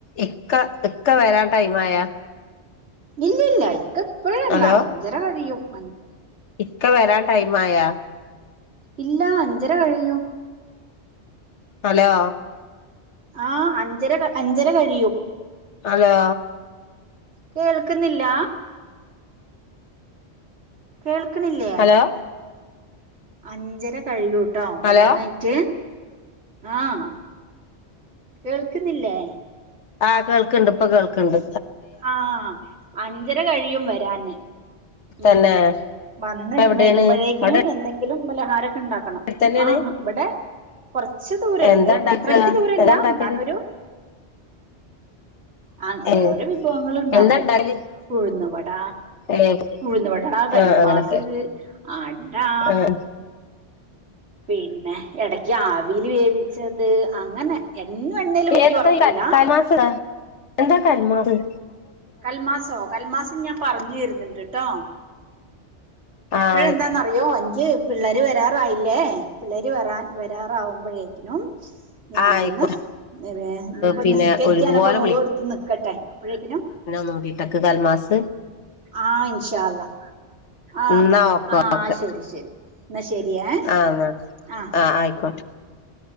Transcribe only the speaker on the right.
ഇല്ല ഇല്ല ഇക്ക എപ്പഴല്ല
അഞ്ചര കഴിയും <inaudible>
ഇല്ല അഞ്ചര കഴിയും
ആഹ അഞ്ചര അഞ്ചര കഴിയും
കേൾക്കുന്നില്ല കേൾക്കണില്ലേ
അഞ്ചര കഴിയൂ- ട്ടോ വരാനായിട്ട്
ആഹ കേൾക്കുന്നില്ലേ
ആഹ അഞ്ചര കഴിയും വരാന് ഉം
വന്ന്
വരുമ്പോഴേക്കിനും
എന്തെങ്കിലും പലഹാര ഉണ്ടാക്കണം
ആ ഇവിടെ കൊറച്ച് ദൂരണ്ട്
അത്രക്ക് ദൂരല്ല
എന്നാലൊരു ആ
ഓരോരോ വിഭവങ്ങൾ ഉണ്ടാക്കും
ഉഴുന്നുവട
ഉഴുന്നവട ആ കൽമാസ്
അടാ
പിന്നെ ഇടക്ക് അവിൽ വേവിച്ചത് അങ്ങനെ എന്നും എണ്ണയിൽ മുക്കി
വറക്കൂല
കൽമാസോ കൽമാസം ഞാൻ പറഞ്ഞു വരുന്നുണ്ട് ട്ടോ ഇപ്പഴ
എന്താന്നറിയോ എനിക്ക് പിള്ളേര് വരാറായില്ലേ പിള്ളേര് വരാൻ വരാറാവുമ്പോഴേക്കും ഞാനൊന്ന്
ഏ ഇപ്പൊ
നിസ്കരിക്കാനൊക്കെ
ഒന്ന് ഓള് എടുത്ത് നിക്കട്ടെ അപ്പോഴേക്കിനും
ആ ഇൻഷാ അള്ളാ ആ
ആ
ശരി ശരി എന്നാ ശരിയേ
ആ